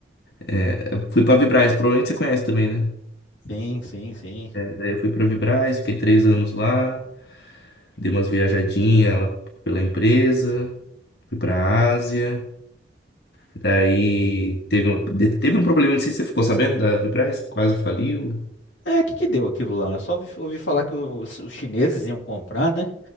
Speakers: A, on the left; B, on the left.
A: é, eu fui pra Vibraz, provavelmente você conhece também, né?
B: sim, sim, sim.
A: É, daí eu fui pra Vibraz, fiquei três anos lá. Dei umas viajadinhas lá pela empresa, fui pra Ásia. Daí teve um, de- teve um problema, não sei se você ficou sabendo, da Vibraz, quase faliu.
B: É, o que que deu aquilo lá? Eu só ouvi, ouvi falar que os, os chineses iam comprar, né?